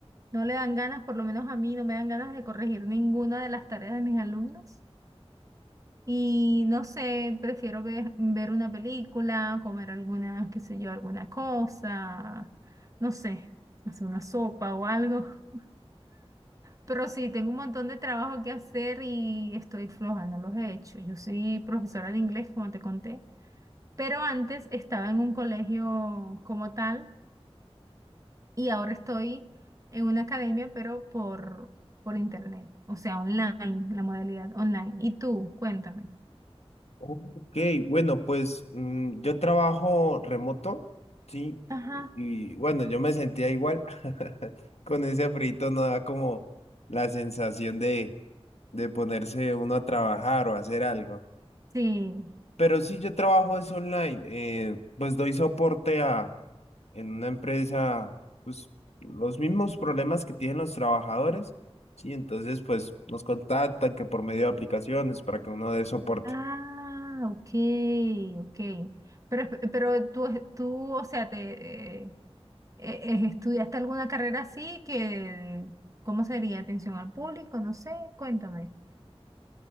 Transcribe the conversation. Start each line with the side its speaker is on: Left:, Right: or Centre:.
Right: no le dan ganas, por lo menos a mí, no me dan ganas de corregir ninguna de las tareas de mis alumnos. Y no sé, prefiero ver, ver una película, comer alguna, qué sé yo, alguna cosa, no sé, hacer una sopa o algo. <laughs> Pero sí, tengo un montón de trabajo que hacer y estoy floja, no los he hecho. Yo soy profesora de inglés, como te conté, pero antes estaba en un colegio como tal y ahora estoy en una academia, pero por, por internet, o sea, online, la modalidad online. ¿Y tú? Cuéntame.
Left: Ok, bueno, pues mm, yo trabajo remoto, ¿sí?
Right: Ajá.
Left: Y y, bueno, yo me sentía igual. <laughs> Con ese frito no da como la sensación de, de ponerse uno a trabajar o hacer algo.
Right: Sí.
Left: Pero sí, yo trabajo es online. eh, pues doy soporte a, en una empresa, pues los mismos problemas que tienen los trabajadores, ¿sí? Entonces, pues nos contactan que por medio de aplicaciones para que uno dé soporte.
Right: Ah, ok, ok. Pero, pero tú, es- tú, o sea, te, eh, eh, ¿estudiaste alguna carrera así que, ¿cómo sería? Atención al público, no sé, cuéntame.